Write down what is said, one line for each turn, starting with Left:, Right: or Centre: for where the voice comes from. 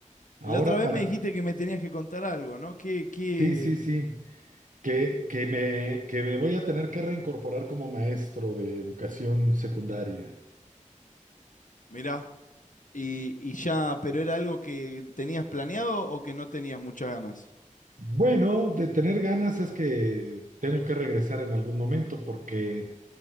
Right: ahora
Left: La otra vez
Right: para...
Left: me dijiste que me tenías que contar algo, ¿no? ¿Qué, qué?
Right: Sí, sí, sí, que, que me, que me voy a tener que reincorporar como maestro de educación secundaria.
Left: Mirá. Y, y ya, pero era algo que tenías planeado o que no tenías muchas ganas.
Right: Bueno, de tener ganas es que tengo que regresar en algún momento porque